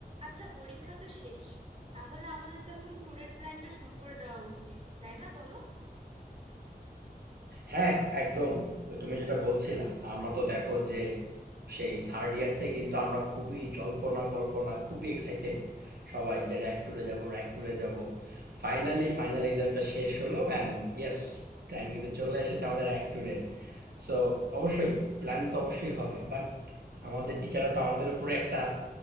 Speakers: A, on the right; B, on the right.
A: আচ্ছা পরীক্ষা তো শেষ তাহলে আমাদের তো এখন ট্যুরের প্ল্যানটা শুরু করে দেওয়া উচিত তাই না বলো
B: হ্যাঁ একদম তো তুমি যেটা বলছিলা আমরা তো দেখো যে সেই থার্ড ইয়ার থেকে কিন্তু আমরা খুবই জল্পনা কল্পনা খুবই এক্সাইটেড সবাই যে র্যাক ট্যুরে যাব র্যাক ট্যুরে যাব ফাইনালি ফাইনাল এক্সামটা শেষ হলো অ্যান্ড ইয়েস টাইম কিন্তু চলে এসেছে আমাদের র্যাক ট্যুরের সো অবশ্যই প্ল্যান তো অবশ্যই হবে বাট আমাদের টিচাররা তো আমাদের উপরে একটা